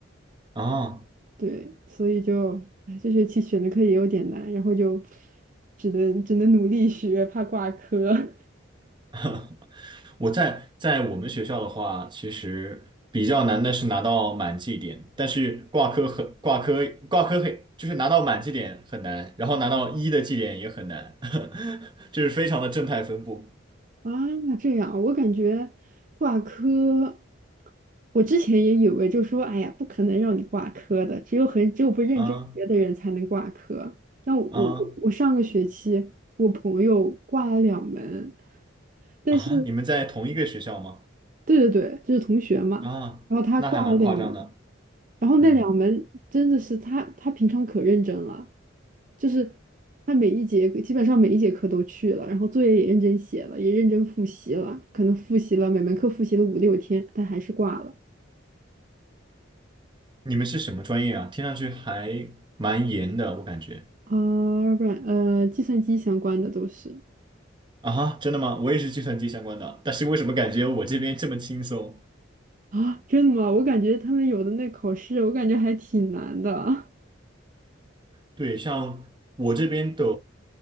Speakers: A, on the right (about 25°); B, on the right (about 40°).
A: 啊。
B: 对，所以就，哎，这学期选的课也有点难，然后就只能只能努力学，怕挂科 <laughs>
A: <laughs> 我在在我们学校的话，其实比较难的是拿到满绩点，但是挂科很挂科挂科很就是拿到满绩点很难，然后拿到一的绩点也很难，<laughs> 就是非常的正态分布
B: 啊。这样，我感觉挂科，我之前也以为就说，哎呀，不可能让你挂科的，只有很只有不认真学的人才能挂科。
A: 啊
B: 那我我我上个学期我朋友挂了两门，
A: 啊
B: 但是
A: 啊！你们在同一个学校吗？
B: 对对对，就是同学嘛，
A: 啊，
B: 然后他挂了两门，
A: 那还蛮夸张的。
B: 然后那两门真的是他他平常可认真了。
A: 嗯，
B: 就是他每一节基本上每一节课都去了，然后作业也认真写了，也认真复习了，可能复习了每门课复习了五六天，但还是挂了。
A: 你们是什么专业啊？听上去还蛮严的，我感觉。
B: 啊，不然呃，计算机相关的都是
A: 啊哈，真的吗？我也是计算机相关的，但是为什么感觉我这边这么轻松？
B: 啊，真的吗？我感觉他们有的那考试，我感觉还挺难的 <laughs> 啊。
A: 对，像我这边的，